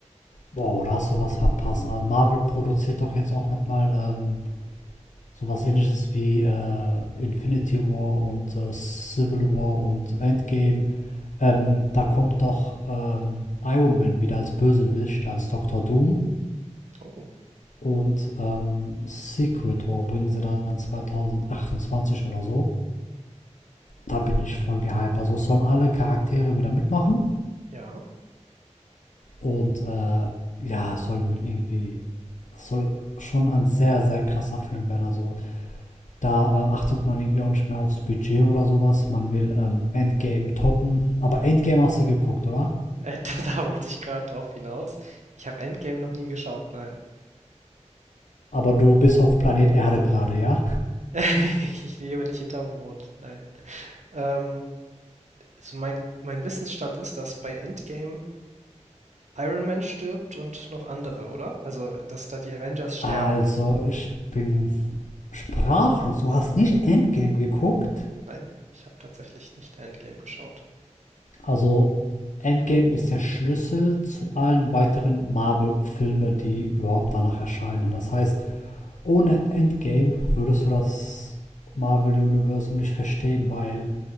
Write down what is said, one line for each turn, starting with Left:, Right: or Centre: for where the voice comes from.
Left: Wow, da hast du was verpasst. Also Marvel produziert doch jetzt auch nochmal ähm, sowas ähnliches wie äh, Infinity War und äh, Civil War und Endgame. Ähm, da kommt doch ähm, Iron Man wieder als Bösewicht, als Dr. Doom.
Right: Oh.
Left: Und ähm, Secret War bringen sie dann 2028 oder so. da bin ich voll gehypt. Also sollen alle Charaktere wieder mitmachen
Right: Ja. <laughs>
Left: und äh, ja, soll irgendwie, soll schon ein sehr, sehr krasser Film werden. Also da äh, achtet man irgendwie auch nicht mehr aufs Budget oder sowas. Man will ähm, Endgame toppen. Aber Endgame hast du geguckt, oder?
Right: Äh, da da wollte ich gerade drauf hinaus. Ich habe Endgame noch nie geschaut, nein.
Left: Aber du bist auf Planet Erde gerade, ja?
Right: <laughs> Ich lebe nicht hinterm Mond, nein. Ähm, also mein mein Wissensstand ist, dass bei Endgame Iron Man stirbt und noch andere, oder? Also, dass da die Avengers sterben.
Left: Also ich bin sprachlos. Du hast nicht Endgame geguckt?
Right: Nein, ich habe tatsächlich nicht Endgame geschaut.
Left: Also Endgame ist der Schlüssel zu allen weiteren Marvel-Filmen, die überhaupt danach erscheinen. Das heißt, ohne Endgame würdest du das Marvel-Universum nicht verstehen, weil